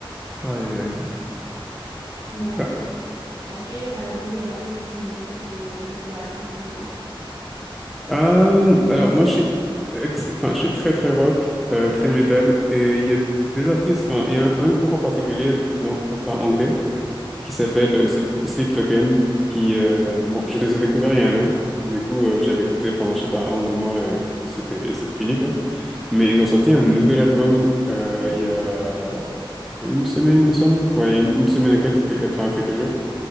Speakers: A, in the centre; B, on the right (about 40°).
A: Aïe, aïe.
B: Ouais.
A: Ah,
B: Est-ce qu'il y a, par exemple, des artistes nouveaux que tu as découverts récemment?
A: euh, alors moi je suis, ex- enfin je suis très très rock, euh, très métal, et il y a des artistes, enfin il y a un, un groupe en particulier, non, enfin anglais, qui s'appelle
B: Mhm,
A: euh, Sl- Sleep Token, qui, euh, bon, je les ai découverts il y a un an, du coup euh, j'avais écouté pendant je sais pas un ou deux mois et c'était et c'était fini Mais ils ont sorti un nouvel album euh, il y a une semaine, il me semble. Ouais, il y a une, une semaine et quelques, euh, enfin quelques jours.